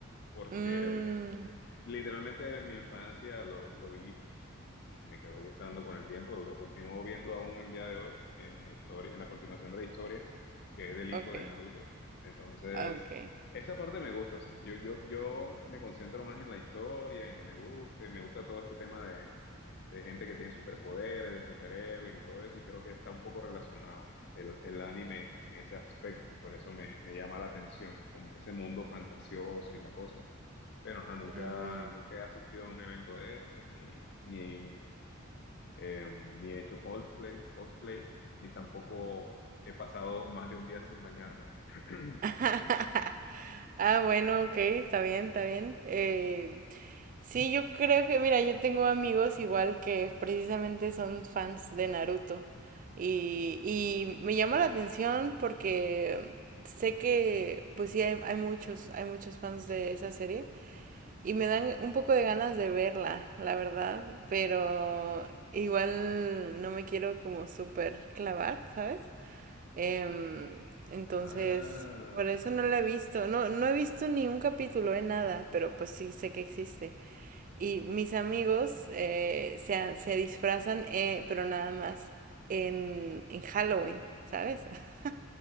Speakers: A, on the left (about 55°); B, on the right (about 40°).
A: porque
B: Mm,
A: mm, literalmente en mi infancia lo, lo vi y me quedó gustando con el tiempo. Lo continúo viendo aún el día de hoy en la historia, en la continuación de la historia, que es del hijo
B: ok,
A: de Naruto. Entonces,
B: ok.
A: esa parte me gusta. o sea, yo, yo, yo me concentro más en la historia, en que me guste, me gusta todo este tema de, de gente que tiene superpoderes, de superhéroes y todo eso, y creo que está un poco relacionado. El, el anime en ese aspecto, por eso me, me llama la atención, como en ese mundo fantasioso y la cosa pero ajá, nunca,
B: Mm.
A: nunca he asistido a un evento de estos, ni, ni eh, ni he hecho cosplay, cosplay, ni tampoco he pasado más de un día sin bañarme. <clears throat>
B: <laughs> Ah, bueno, ok, está bien, está bien. Eh, sí, yo creo que, mira, yo tengo amigos igual que precisamente son fans de Naruto. Y, y me llama la atención porque sé que, pues sí, hay, hay muchos, hay muchos fans de esa serie. Y me dan un poco de ganas de verla, la verdad, pero igual no me quiero como súper clavar, ¿sabes? Em, entonces,
A: Ah,
B: por eso no la he visto. No, no he visto ni un capítulo de nada, pero pues sí sé que existe. Y mis amigos eh, se, ha- se disfrazan, eh, pero nada más en, en Halloween, ¿sabes? <laughs>